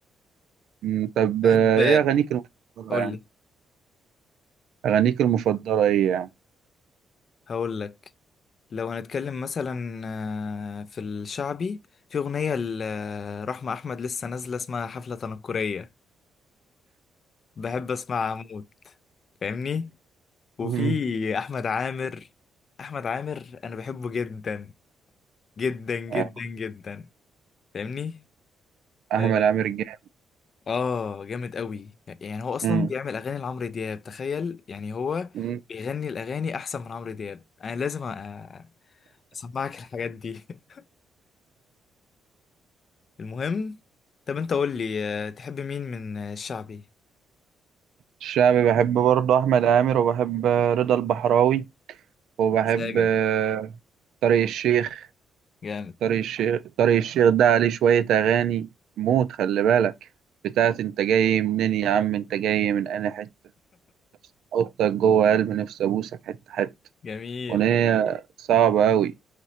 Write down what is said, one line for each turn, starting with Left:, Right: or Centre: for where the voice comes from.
Right: مم، طب
Left: تحب
Right: آه، ايه اغانيك المفضله
Left: قول
Right: يعني
Left: لي
Right: اغانيك المفضله ايه يعني
Left: هقول لك لو هنتكلم مثلا آه، في الشعبي في اغنيه لرحمه احمد لسه نازله اسمها حفله تنكريه بحب اسمع موت فاهمني وفي
Right: مم.
Left: احمد عامر احمد عامر انا بحبه جدا جدا جدا
Right: آه،
Left: جدا فاهمني اه
Right: احمد عامر الجامل
Left: آه، جامد قوي يعني هو اصلا
Right: مم.
Left: بيعمل اغاني لعمرو دياب تخيل يعني هو
Right: مم.
Left: بيغني الاغاني احسن من عمرو دياب انا لازم أ- اسمعك الحاجات دي <laughs> المهم طب انت قول لي آه، تحب مين من الشعبي
Right: الشعبي بحب برضه احمد عامر وبحب آه، رضا البحراوي وبحب
Left: مزاجك
Right: آه، طارق الشيخ
Left: جامد
Right: طارق الشيخ طارق الشيخ ده عليه شوية أغاني موت خلي بالك بتاعت أنت جاي منين يا عم أنت جاي من أنا حتة حطك جوه قلب نفسي أبوسك حتة حتة
Left: جميل
Right: أغنية صعبة أوي